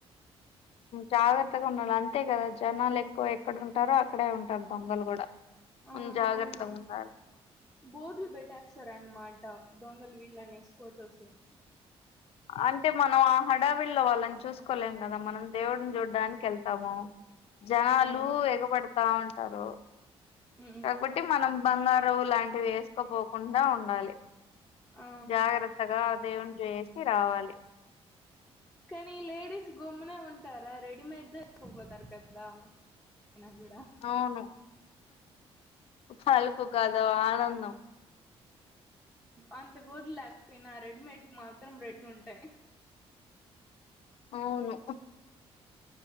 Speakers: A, on the left (about 65°); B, in the centre.
A: జాగ్రత్తగా ఉండాలి అంతే కదా జనాలు ఎక్కువ ఎక్కడ ఉంటారో అక్కడే ఉంటారు దొంగలు కూడా
B: అవును
A: మనం జాగ్రత్తగా ఉండాలి
B: బోడ్లు బెట్టేస్తారన్నమాట దొంగల్ వీళ్ళని అనేసి ఫోటోస్
A: అంటే మనం ఆ హడావిలో వాళ్ళని చూసుకోలేం కదా మనం దేవుడిని చూడ్డానికి వెళ్తాము జనాలు
B: ఉమ్
A: ఎగబడతా ఉం హలో
B: ఉమ్
A: కాబట్టి మనం బంగారం లాంటివి వేస్ తోక్కపోకుండా ఉండాలి
B: ఆ
A: జాగ్రత్తగా దేవునికి వేసి రావాలి
B: కానీ లేడీస్ గమ్మునే ఉంటారా రెడీమేడ్ దన్న వెత్తుకుపోతారు కదా అయినా కూడా
A: ఆవును ఫల్కు కదా ఆనందం
B: అంత ప్యూర్ లేకపోయినా రెడీమేడ్ మాత్రం రెడీగా ఉంటాయి
A: అవును